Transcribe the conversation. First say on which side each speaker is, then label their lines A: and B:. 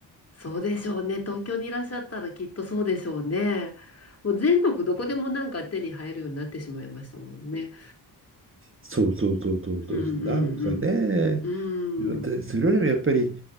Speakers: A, on the left; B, on the right.
A: そうでしょうね。東京にいらっしゃったらきっとそうでしょうね。もう全国どこでもなんか手に入るようになってしまいましたもんね。
B: そうそうそうそうそう。
A: うんうん
B: なんかね、
A: うん。
B: でそれよりもやっぱり、
A: うん